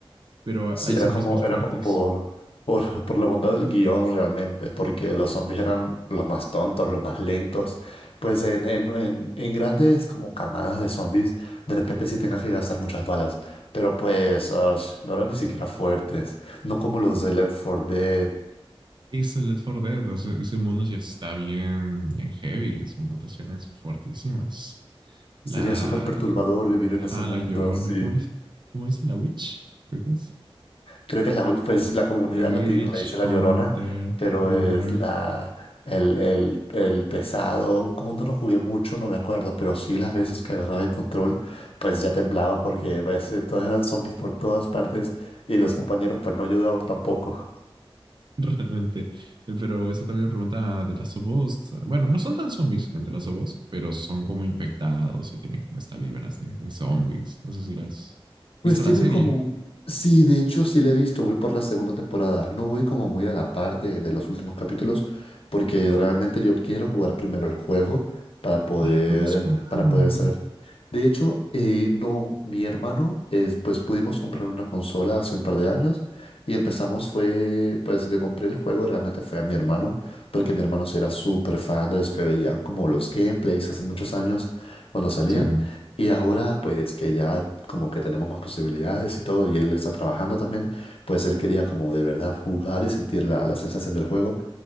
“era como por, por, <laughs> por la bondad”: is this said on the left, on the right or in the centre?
Left